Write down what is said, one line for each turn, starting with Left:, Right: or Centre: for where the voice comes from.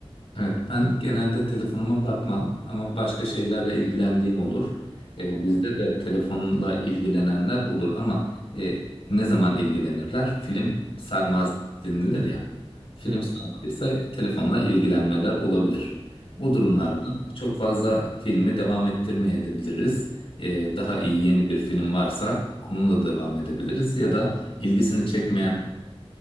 Left: Evet, ben genelde telefonuma bakmam ama başka şeylerle ilgilendiğim olur. Ee,
Right: Anladım.
Left: bizde de telefonla ilgilenenler olur ama e, ne zaman ilgilenirler? Film sarmaz denilir ya. Film
Right: Hı hı.
Left: sarmadıysa telefonla ilgilenmeler olabilir. O durumlarda
Right: Evet.
Left: çok fazla filmi devam ettirmeyebiliriz. Ee, daha iyi yeni bir film varsa onunla devam edebiliriz ya da ilgisini çekmeyen